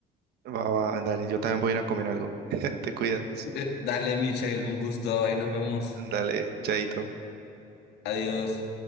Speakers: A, on the right; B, on the left.
A: Va, va, dale, yo también voy a ir a comer algo. <laughs> Te cuidas.
B: <laughs> Dale, Michelle, un gusto, ahí nos vemos.
A: Dale, chaito.
B: Adiós.